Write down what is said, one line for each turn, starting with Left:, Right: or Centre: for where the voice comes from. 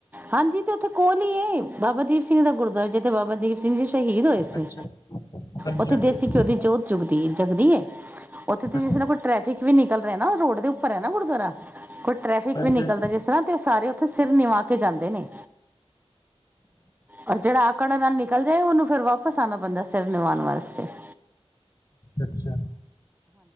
Right: ਹਾਂਜੀ ਤੇ ਉੱਥੇ ਕੋਲ ਈ ਏ ਬਾਬਾ ਦੀਪ ਸਿੰਘ ਦਾ ਗੁਰਦਵਆਰਾ ਤੇ ਬਾਬਾ ਦੀਪ ਸਿੰਘ ਜੀ ਸ਼ਹੀਦ ਹੋਏ ਸੀ
Left: ਅੱਛਾ ਹਾਂਜੀ
Right: ਉੱਥੇ
Left: ਹਾਂਜੀ
Right: ਦੇਸੀ
Left: ਅੱਛਾ
Right: ਘਿਓ ਦੀ ਜੋਤ ਜੁਗਦੀ ਜਗਦੀ ਏ। <inaudible> ਉੱਥੇ ਤੇ
Left: ਅੱਛਾ
Right: ਜਿਸ ਨਾਲ ਕੋਈ ਟ੍ਰੈਫਿਕ ਵੀ ਨਿਕਲ ਨਾ ਰੋਡ ਦੇ ਉੱਪਰ ਹੈ ਨਾ ਗੁਰਦੁਆਰਾ <inaudible> ਕੋਈ ਟ੍ਰੈਫਿਕ
Left: ਹਾਂਜੀ
Right: ਵੀ ਨਿਕਲਦਾ
Left: ਹਾਂਜੀ
Right: ਜਿਸ ਤਰ੍ਹਾਂ ਤੇ ਉਹ ਸਾਰੇ ਤੇਸਿਰ ਨਿਵਾ ਜਾਂਦੇ ਨੇ ਔਰ ਜਿਹੜਾ ਆਕੜ ਨਾਲ ਨਿਕਲ ਜਾਏ ਉਹਨੂੰ ਫਿਰ ਵਾਪਿਸ ਆਉਣਾ ਪੈਂਦਾ ਸਿਰ ਨਿਵਾਾਉਣ ਵਾਸਤੇ <inaudible>
Left: ਅੱਛਾ -ਅੱਛਾ